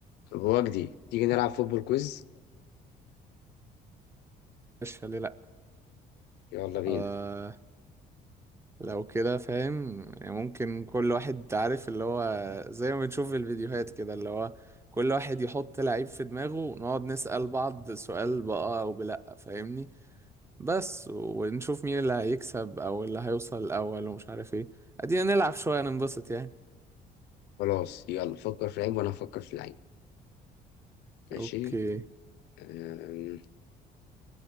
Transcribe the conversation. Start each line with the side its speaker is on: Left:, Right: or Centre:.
Left: طب هو جديد تيجي نلعب فوتبول كويز
Right: مش ليه لأ
Left: يلا بينا
Right: آه لو كده فاهم يعني ممكن كل واحد عارف اللي هو زي ما بنشوف في الفيديوهات كده اللي هو كل واحد يحط لعيب في دماغه ونقعد نسأل بعض سؤال بقى أو بلأ فاهمني بس ونشوف مين اللي هيكسب أو اللي هيوصل الأول ومش عارف ايه أدينا نلعب شوية ننبسط يعني
Left: خلاص يلا فكر في لعيب وانا هفكر في لعيب ماشي
Right: أوكي
Left: أم،